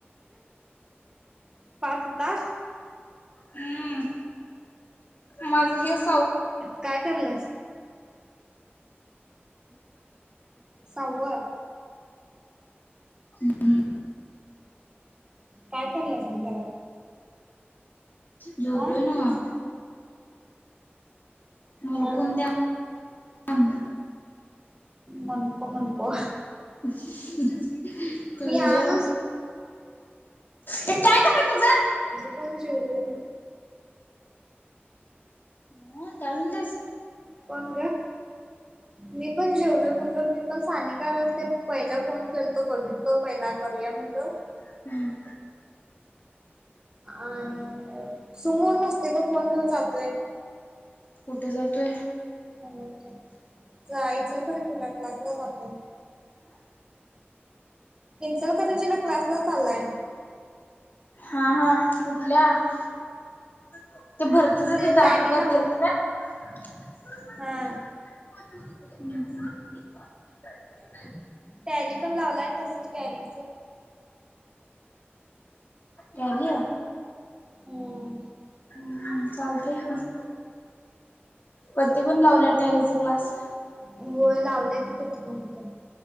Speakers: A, on the right; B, on the left.
A: पाच तास
B: हम्म माझ हेच
A: काय करलंस सहाव
B: हम्म
A: काय करलंस मी घरात
B: झोपो
A: आ
B: नव्ह मुलकून
A: हा ह
B: द्या आम्ह
A: मुणको मुणको
B: <inaudible> तुझं
A: मी आज
B: जेवण ते काय ग बाई तुझं
A: कोण जेवलो
B: हा काय म्हणतेस
A: कोण गं मी पण जेवलो म्हणलोमी पण सानिकाला ते पहिला फोन केलतो बघितल पहिला करूया म्हणलो
B: हम्म
A: आहे सुमू नसतोय गं फोन घेऊन जातोय
B: कुठे जातोय
A: यचल त्या इंचलकरज क्लास ला जातोय इचलकरंजीला क्लासला चाललाय
B: आा <inaudible> तेब
A: ते टॅली लावलाय हा
B: <inaudible>
A: टॅली पण लावलाय तसच टॅली
B: टॅली
A: हम
B: हम्म चालतंय की पती पण लावल्या टॅरीचा क्लास
A: होय लावल्या की प्रती पण कुठं